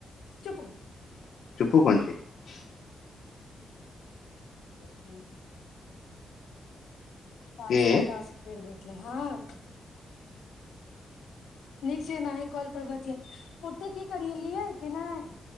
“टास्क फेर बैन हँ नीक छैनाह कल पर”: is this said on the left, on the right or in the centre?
Left